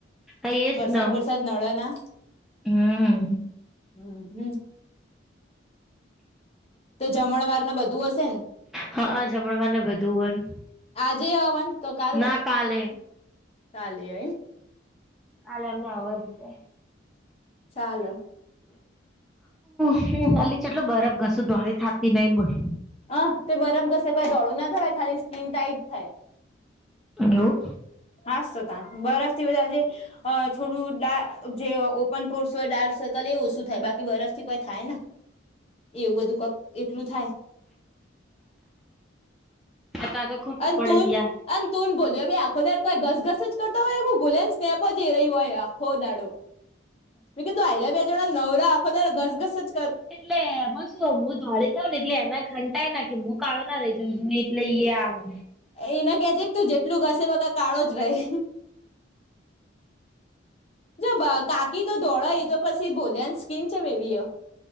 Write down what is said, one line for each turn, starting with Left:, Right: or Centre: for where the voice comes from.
Centre: એજ
Left: વરસાદ
Centre: ન
Left: વરસાદ નળ ના
Centre: હમ
Left: હમ હમ તો જમણવાર ના બધું હશે ને
Centre: હા જમણવાને બધું હોય
Left: આજે હવન તો કાલ
Centre: ના કાલે
Left: કાલે હ એમ
Centre: કાલે એમનો હવન છે.
Left: ચાલ
Centre: હ અલી ચટલો બરફ ઘસું તોઈ થાકતી નહી બોલ
Left: હ તે બરફ ઘસે કોઈ ધોળું ના થય ખાલી સ્કીન ટાાઈટ થાય
Centre: એવું
Left: હાસ તો તા બરફ બધા જે અ થોડું જે ઓપન પોર્સ હોય ડાર્ક સર્કલ એ ઓછું થાય બાકી બરફ થી કોઈ થાય ના એવું બધું કક એટલું થાય
Centre: પતા તો ખોટું
Left: <unintelligible> અને
Centre: પડી
Left: તું
Centre: ગયા
Left: ને ભોલિયો આખો દાડ કઈ ઘસઘસ જ કરતા હોય એવું ભાલીયા ની સ્નેપ એ જઈ રહ્યું હોય આખો દાડો મે કીધું આઈ બે જણા નવરા આખો ત ઘસઘસજ
Centre: એટલે એમાં શું હું ધોળી થઉ ને એટલે એના ઘંટાય ના કે હું કાળો ના રહી જઉં છું લઈએ આવે
Left: એને કે જે કે તું જેટલું ઘસે બકા કે કાળો જ રહી જો બા કાકી તો ધોડા ઈ તો પસી ભોલ્યાં ન્સ્કીન છે, મે બીય.